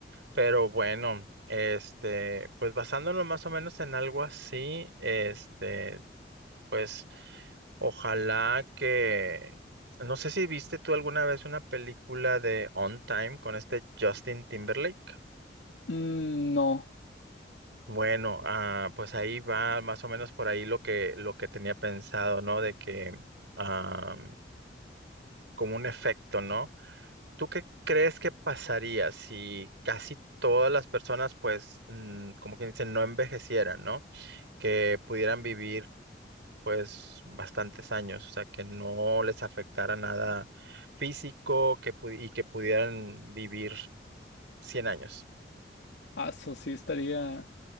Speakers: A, on the right (about 85°); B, on the left (about 75°).
A: Pero bueno, este, pues basándonos más o menos en algo así, este, pues ojalá que... No sé si viste tú alguna vez una película de On Time con este Justin Timberlake.
B: Mm, no,
A: Bueno, ah, pues ahí va más o menos por ahí lo que, lo que tenía pensado, ¿no? De que, ah, como un efecto, ¿no? ¿Tú qué crees que pasaría si casi todas las personas, pues, mm, como quien dice, no envejecieran, ¿no? Que pudieran vivir pues bastantes años, o sea, que no les afectara nada físico que pu- y que pudieran vivir 100 años.
B: ah, eso sí estaría,